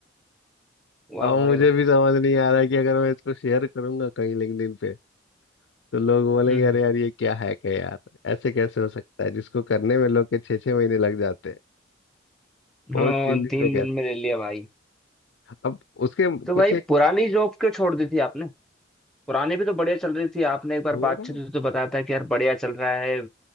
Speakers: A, in the centre; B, on the left.
A: वाह
B: और
A: भाई
B: मुझे
A: वाह
B: भी समझ नहीं आ रहा है कि अगर मैं इसको शेयर करूंगा कहीं लिंक्डइन पे तो लोग बोलेंगे
A: हम्म
B: अरे यार ये क्या हैक है यार ऐसे कैसे हो सकता है जिसको करने में लोग के छः छः महीने लग जाते हैं वो
A: हाँ
B: तीन दिन
A: तीन
B: में कैसे
A: दिन में ले लिया भाई
B: अब उसके
A: तो
B: कुछ
A: भाई
B: एक
A: पुरानी जॉब क्यों छोड़ दी थी आपने पुराने भी तो बढ़िया चल रही थी आपने एक बार
B: हो
A: बातचीत
B: रहा है
A: में तो तो बताया था कि यार बढ़िया चल रहा है